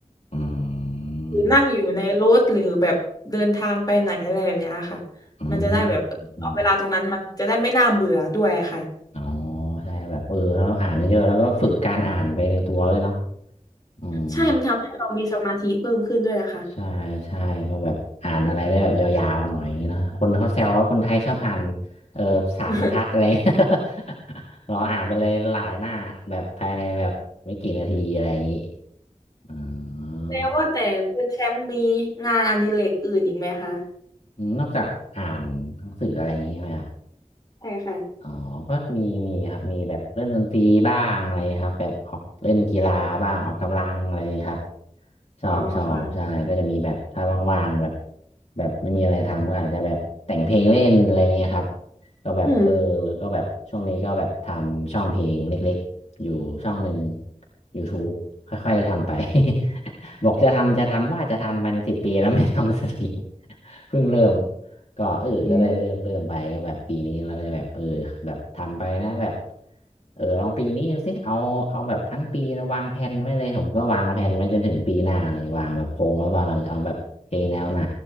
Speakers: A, on the left; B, on the left.
A: อื
B: หรือนั่งอยู่ในรถหรือแบบเดินทางไปไหนอะไรแบบเนี้ยค่ะ
A: มอืม
B: มันจะได้แบบเอาเวลาตรงนั้นมันจะได้ไม่น่าเบื่อด้วยค่ะ
A: อืม อ๋อใช่แบบเออเราอ่านเยอะๆแล้วก็ฝึกการอ่านไปในตัวด้วยเนาะอืม
B: ใช่มันทำให้เรามีสมาธิเพิ่มขึ้นด้วยนะคะ
A: ใช่ใช่เพราะแบบอ่านอะไรได้แบบยาวๆหน่อยอย่างงี้เนอะคนเขาแซวว่าคนไทยชอบอ่านเออสามบรรทัดอะไรเงี้ย
B: <laughs>
A: <laughs> เราอ่านไปเลยหลายหน้าแบบภายในแบบไม่กี่นาทีอะไรอย่างงี้อ๋อ
B: แล้วว่าแต่คุณแชมป์มีงานอดิเรกอื่นอีกไหมคะ
A: นอกจากอ่านหนังสืออะไรอย่างงี้ใช่ไหมครับ
B: ใช่ค่ะ
A: อ๋อก็มีมีครับมีแบบเล่นดนตรีบ้างอะไรครับแบบออกเล่นกีฬาบ้างออกกำลังอะไรครับชอบชอบใช่ก็จะมีแบบถ้าว่างๆแบบ
B: อ๋อค่ะ
A: แบบไม่มีอะไรทำก็อาจจะแบบแต่งเพลงเล่นอะไรเงี้ยครับก็แบบเออ
B: อืม
A: ก็แบบช่วงนี้ก็แบบทำช่องเพลงเล็กๆอยู่ช่องหนึ่ง YouTube ค่อยๆทำไป <laughs> บอกจะทำจะทำว่าจะทำมันสิบปีแล้ว <laughs> ไม่ทำสักที <laughs> เพิ่งเริ่ม ก็เออก็ได้เริ่มเริ่มไปก็แบบปีนี้แล้วก็จะแบบเออแบบทำไปนะแบบ
B: อืม
A: เออลองปีนี้ดูสิเอาเอาแบบทั้งปีนะวางแผนไว้เลยผมก็วางแผนไว้จนถึงปีหน้าเลยวางแบบโครงไว้ว่าเราจะเอาแบบเพลงแนวไหน